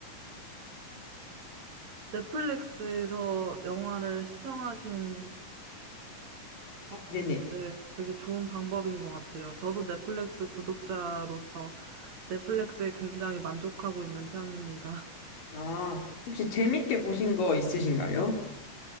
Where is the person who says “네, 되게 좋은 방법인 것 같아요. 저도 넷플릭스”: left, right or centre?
Right